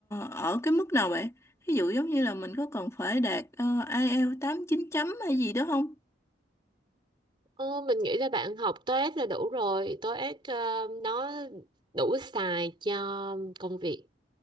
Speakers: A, on the left; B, on the right.
A: ở cái mức nào bạn? Ví dụ giống như là mình có cần phải đạt ờ, IELTS 8 9 chấm hay gì đó không?
B: Ờ, mình nghĩ là bạn học TOEIC là đủ rồi. TOEIC ờ, nó đủ xài cho công việc